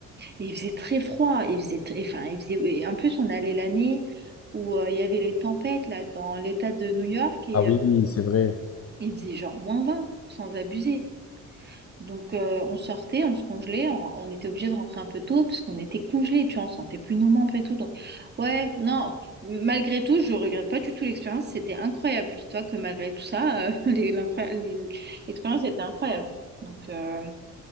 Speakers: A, on the right (about 35°); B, on the left (about 50°).
A: Et il faisait très froid, il faisait très, enfin, il faisait, et en plus, on allait l'année où euh, il y avait les tempêtes, là, dans l'état de New York, et
B: Ah oui,
A: euh,
B: c'est vrai.
A: il faisait genre moins 20 sans abuser. Donc, euh, on sortait, on se congelait, on, on était obligé de rentrer un peu tôt, parce qu'on était congelés, tu vois, on sentait plus nos membres et tout. Donc, ouais, non, malgré tout, je regrette pas du tout l'expérience, c'était incroyable. Dis-toi que malgré tout ça, euh, <laughs> les- l'incroya- les- l'expérience était incroyable. Donc, euh,